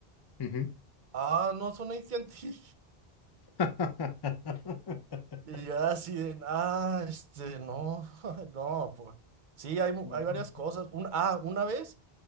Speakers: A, on the left; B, on the right.
A: ujú.
B: Ah, no, son AT&T.
A: <laughs>
B: Y yo así de, ah, este, no, <laughs> no, pues. Sí, hay, mu-
A: Ujú,
B: hay varias cosas. Un, ah, una vez